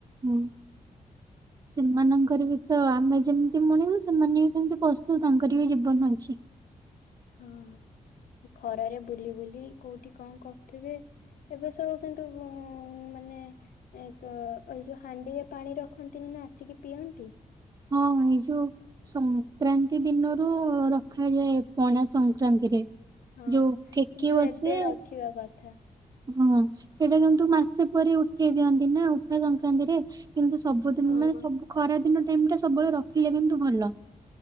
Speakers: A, on the right; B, on the left.
A: ହୁଁ। ସେମାନଙ୍କର ବି ତ ଆମେ ଯେମିତି ମଣିଷ ସେମାନେ ବି ସେମତି ପଶୁ ତାଙ୍କର ବି ଜୀବନ ଅଛି। <unintelligible>
B: ହଁ ଖରାରେ ବୁଲି ବୁଲି କୋଉଠି କଣ କରୁଥିବେ। ଏବେ ସବୁ କିନ୍ତୁ ଉଁ ମାନେ ଏକ ଏ ଯୋଉ ହାଣ୍ଡିରେ ପାଣି ରଖନ୍ତିନି ଆସିକି ପିଅନ୍ତି।
A: ହଁ। ଏଇ ଯୋଉ ସଂକ୍କ୍ରାନ୍ତି ଦିନରୁ ରଖାଯାଏ। ପଣା ସଂକ୍ରାନ୍ତିରେ।
B: ହଁ
A: ଯୋଉ ଠେକି
B: କିନ୍ତୁ
A: ବସେ
B: ଏବେ ରଖିବା କଥା।
A: ହଁ ସେଇଟା କିନ୍ତୁ ମାସେ ପରେ ଉଠେଇ ଦିଅନ୍ତି ନା ଉଠା ସଂକ୍ରାନ୍ତିରେ କିନ୍ତୁ ସବୁଦିନ
B: ହଁ
A: ମାନେ ସବୁ ଖରା ଦିନ ଟାଇମ ଟା ସବୁବେଳେ ରଖିଲେ କିନ୍ତୁ ଭଲ।